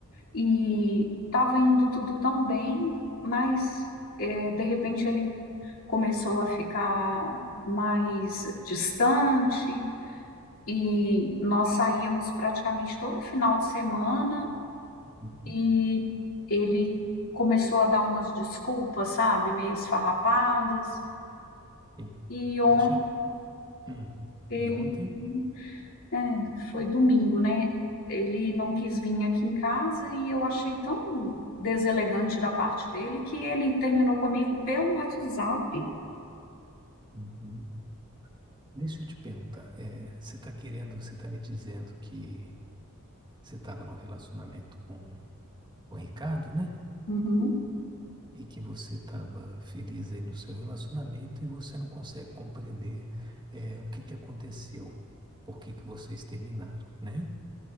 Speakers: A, on the left; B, on the right.
A: e estava indo tudo tão bem, mas é, de repente ele começou a ficar mais distante e nós saíamos praticamente todo final de semana
B: Uhum.
A: e ele começou a dar umas desculpas, sabe, meio esfarrapadas.
B: Sim.
A: E ontem
B: Deixa... eu- <clears throat> Hum.
A: ele,
B: E ontem?
A: é, foi domingo, né? Ele não quis vir aqui em casa e eu achei tão deselegante da parte dele que ele terminou comigo pelo WhatsApp.
B: Uhum. Deixa eu te perguntar, é, você tá querendo, você tá me dizendo que você estava num relacionamento com, com o Ricardo, né?
A: Uhum,
B: e que você estava feliz aí no seu relacionamento e você não consegue compreender eh, o que que aconteceu, por que que vocês terminaram, né?